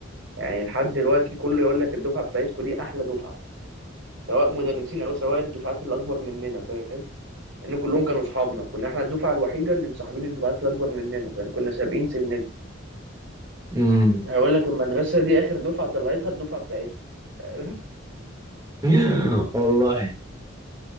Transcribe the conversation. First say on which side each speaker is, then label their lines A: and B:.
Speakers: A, on the right; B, on the right.
A: يعني لحد دلوقتي كله يقول لك الدفعه بتاعتكم دي احلى دفعه سواء مدرسين او سواء الدفعات اللي اكبر مننا فاهم ان كلهم كانوا اصحابنا كنا احنا الدفعه الوحيده اللي مصاحبين الدفعات اللي اكبر مننا فاهم كنا سابقين سننا
B: امم
A: هقول لك المدرسه دي اخر دفعه طلعتها الدفعه بتاعتكم <laughs>
B: <laughs> والله